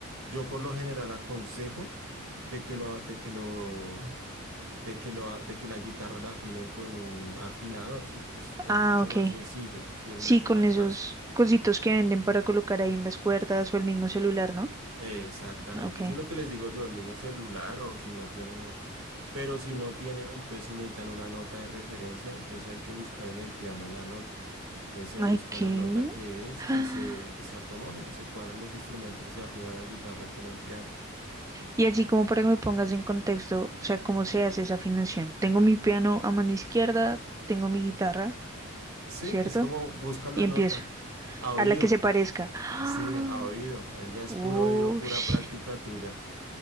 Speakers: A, on the right (about 80°); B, on the right (about 15°).
A: yo por lo general aconsejo de que lo, de que lo, de que lo, de que la guitarra la afinen con un afinador, sí, pues es
B: Ah,
A: mucho
B: ok.
A: más sencillo, sí, es
B: Sí,
A: mucho
B: con
A: más
B: esos
A: fácil.
B: cositos que venden para colocar ahí en las cuerdas o el mismo celular, ¿no?
A: Exactamente,
B: Ah, Ok.
A: eso es lo que les digo yo, el mismo celular o si no tienen el... Pero si no tienen, entonces si necesitan una nota de referencia, entonces hay que buscar en el piano la nota. Entonces se
B: Ay,
A: busca
B: ¿qué?
A: la nota que es
B: Ah,
A: y se, y se acomoda, y se cuadran los instrumentos y afina la guitarra con el piano.
B: Y así como para que me pongas en contexto, o sea, cómo se hace esa afinación. Tengo mi piano a mano izquierda, tengo mi guitarra,
A: Sí,
B: ¿cierto?
A: es como buscas la
B: Y empiezo.
A: nota a oído.
B: A la que se parezca. <gasps>
A: Sí,
B: Ah,
A: a oído. Ahí ya es
B: ush.
A: puro oído, pura práctica tuya.